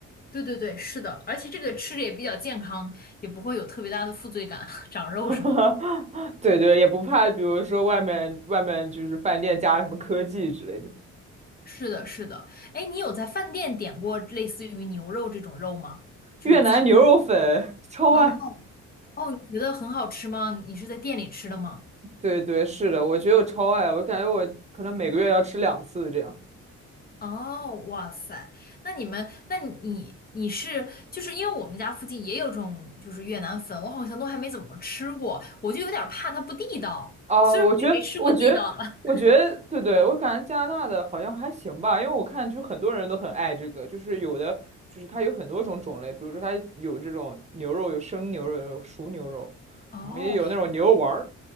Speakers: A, on the left (about 30°); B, on the right (about 20°).
A: 对对对，是的，而且这个吃着也比较健康，也不会有特别大的负罪感，<laughs> 长肉什么的。
B: <laughs> 对对，也不怕，比如说外面外面就是饭店加什么科技之类的，
A: 是的，是的。哎，你有在饭店点过类似于牛肉这种肉吗？这种菜？
B: 越南牛肉粉 <laughs> 超爱，
A: 哦哦，你觉得很好吃吗？你是在店里吃的吗？
B: 对对，是的，我觉得我超爱，我感觉我可能每个月要吃两次这样。
A: 哦，哇塞，那你们，那你你你是就是因为我们家附近也有这种就是越南粉，我好像都还没怎么吃过，我就有点怕它不地道，
B: 哦，
A: 虽然我也没吃过地道的。
B: 我觉得，我觉得，我觉得，对对，我感觉加拿大的好像还行吧，因为我看就很多人都很爱这个，就是有的就是它有很多种种类，比如说它有这种牛肉，有生牛肉，有熟牛肉，
A: <laughs> 哦，
B: 然后也有那种牛肉丸儿。